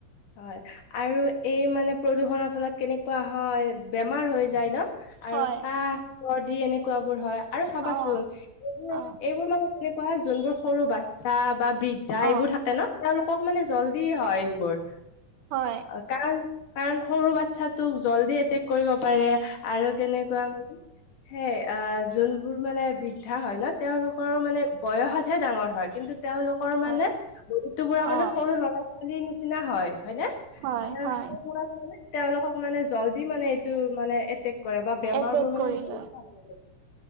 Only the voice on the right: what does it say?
হয়
অ
অ
অ
হয়।
। <inaudible>
হয়
অ
হয় হয়
এটেক
কৰি
লয়